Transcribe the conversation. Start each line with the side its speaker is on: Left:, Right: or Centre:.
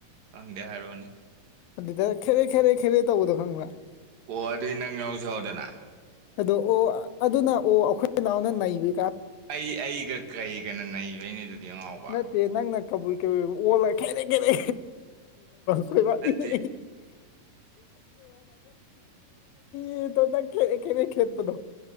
Right: ꯈꯪꯒꯦ ꯍꯥꯏꯔꯛꯑꯣꯅꯦ
Left: ꯑꯗꯨꯗ ꯈꯦꯔꯦ ꯈꯦꯔꯦ ꯈꯦꯔꯦ ꯇꯧꯕꯗꯣ ꯈꯪꯕ꯭ꯔꯥ
Right: ꯑꯣ ꯑꯗꯨꯗꯤ ꯅꯪ ꯉꯎꯖꯍꯧꯗꯅꯅꯥ
Left: ꯑꯗꯣ ꯑꯣ ꯑꯗꯨꯅ ꯑꯣ ꯑꯩꯈꯣꯏꯅꯥꯎꯅ ꯅꯩꯕꯤ
Right: ꯑꯩ ꯑꯩꯒ ꯀꯔꯤꯒꯅ ꯅꯩꯕꯩꯅꯦ ꯑꯗꯨꯗꯤ ꯑꯉꯥꯎꯕ
Left: ꯅꯠꯇꯦ ꯅꯪꯅ ꯀꯕꯨꯏ ꯀꯏ ꯑꯣꯂ ꯈꯦꯔ ꯈꯦꯔꯦ ꯁꯣꯏꯕ
Right: ꯅꯠꯇꯦ
Left: ꯏꯍ ꯏꯍ ꯀ ꯈꯦꯗꯄꯗꯣ